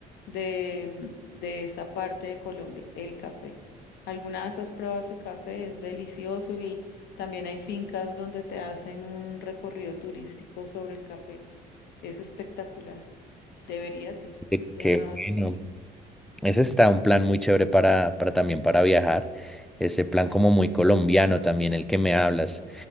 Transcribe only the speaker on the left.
de, de esa parte de Colombia, el café. Alguna vez has probado ese café, es delicioso y también hay fincas donde te hacen un recorrido turístico sobre el café. Es espectacular. Deberías ir
de
nuevo a esas
fincas.